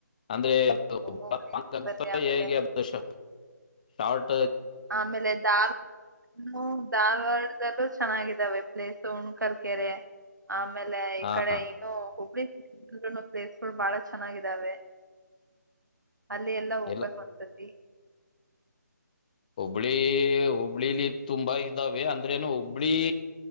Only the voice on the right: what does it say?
ಹೋಗ್ರಿ ಹೋಗ್ ಬರ್ರಿ ಆಮೇಲೆ
ಆಮೇಲೆ <unintelligible> <unintelligible> ಚೆನ್ನಾಗಿದ್ದಾವೆ ಪ್ಲೇಸ್ ಹುಣಕಲ್ ಕೆೆರೆ ಆಮೇ ಆಮೇಲೆ ಈ
ಕಡೆ ಇನ್ನು ಹುಬ್ಳಿ <unintelligible> ಪ್ಲೇಸ್ಗಳು ಬಾಳ ಚೆನ್ನಾಗಿದ್ದಾವೆ. ಅಲ್ಲಿ ಎಲ್ಲಾ ಹೋಗ್ಬೇಕು
ಒಂದ್ಸತಿ.